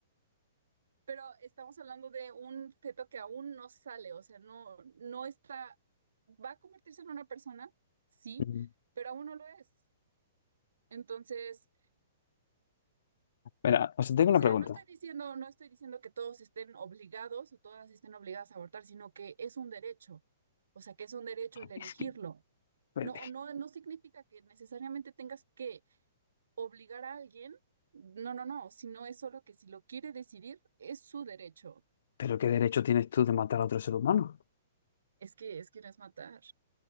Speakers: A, on the right (about 65°); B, on the left (about 60°).
A: Pero estamos hablando de un feto que aún no sale, o sea, no, no está, va a convertirse en una persona, sí,
B: Mm.
A: pero aún no lo es. Entonces,
B: Mira, o sea, tengo
A: o
B: una
A: sea,
B: pregunta.
A: no estoy diciendo, no estoy diciendo que todos estén obligados o todas estén obligadas a abortar, sino que es un derecho, o sea, que es un derecho el elegirlo.
B: Es que, pero,
A: No, no, no significa que necesariamente tengas que obligar a alguien, no, no, no, sino es solo que si lo quiere decidir, es su derecho.
B: pero ¿qué derecho tienes tú de matar a otro ser humano?
A: Es que es que no es matar.